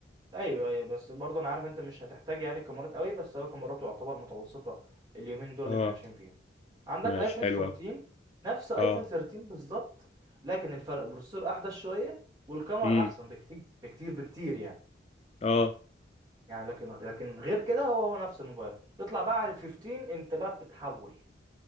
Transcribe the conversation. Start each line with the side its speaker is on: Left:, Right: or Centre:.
Right: ايوه ايوه بس برضه انا عارف انت مش هتحتاج يعني الكاميرات قوي بس هو كاميراته يعتبر متوسطه اليومين دول اللي
Left: اه
Right: احنا عايشين فيهم عندك
Left: ماشي
Right: ايفون
Left: حلوة
Right: 14 نفس ايفون
Left: اه
Right: 13 بالظبط لكن الفرق بروسيسور احدث شويه والكاميرا
Left: مم.
Right: احسن بكتير بكتير بكتير يعني
Left: اه
Right: يعني لكن لكن غير كده هو هو نفس الموبايل تطلع بقى على ال 15 انت بقى بتتحول